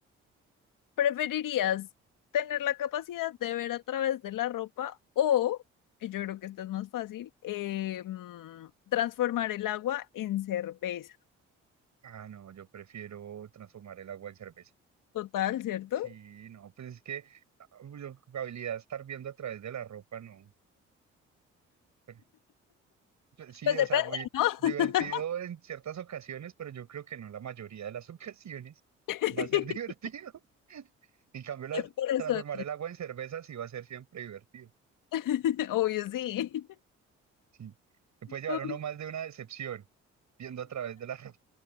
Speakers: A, on the left; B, on the right.
A: ¿Preferirías tener la capacidad de ver a través de la ropa o, y yo creo que esta es más fácil, em, transformar el agua en cerveza?
B: ah, no, yo prefiero transformar el agua en cerveza.
A: Total, ¿cierto?
B: Sí, no, pues es que ah, yo, habilidad de estar viendo a través de la ropa, no. <laughs> Sí,
A: Pues depende,
B: o sea, muy
A: ¿no?
B: divertido en ciertas ocasiones, pero yo creo que no la mayoría de las <laughs> ocasiones
A: <laughs>
B: va a ser <laughs> divertido. En cambio, la-
A: Por eso,
B: transformar el agua en cerveza sí va a ser siempre divertido.
A: <laughs> obvio, sí.
B: Sí, se puede llevar
A: Obvio.
B: uno más de una decepción viendo a través de la <laughs> ropa,